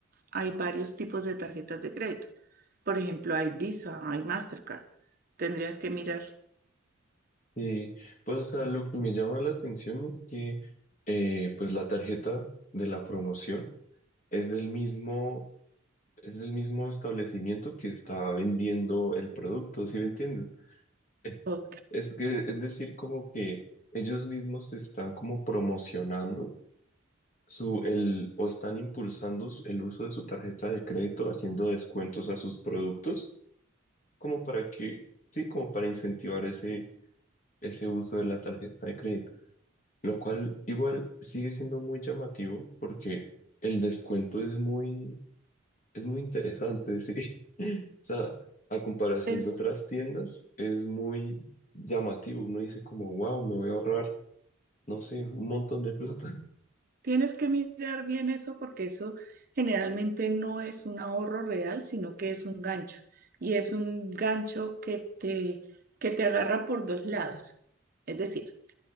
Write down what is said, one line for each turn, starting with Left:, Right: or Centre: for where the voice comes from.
Right: Hay varios tipos de tarjetas de crédito. Por ejemplo, hay Visa, hay Mastercard. Tendrías que mirar.
Left: sí. Pues, o sea, lo que me llama la atención es que, eh, pues, la tarjeta de la promoción es del mismo. es el mismo establecimiento que está vendiendo el producto, ¿sí me entiendes? Eh,
Right: Ok,
Left: Es que, es decir, como que ellos mismos están como promocionando su, el, o están impulsando su- el uso de su tarjeta de crédito, haciendo descuentos a sus productos, como para que, sí, como para incentivar ese, ese uso de la tarjeta de crédito, lo cual igual sigue siendo muy llamativo porque el descuento es muy Es muy interesante, sí. <laughs> O sea, a comparación
Right: es-
Left: de otras tiendas, es muy llamativo. Uno dice como, wow, me voy a ahorrar, no sé, un montón de plata. <laughs>
Right: tienes que mirar bien eso porque eso generalmente no es un ahorro real, sino que es un gancho. Y es un gancho que te, que te agarra por dos lados. Es decir,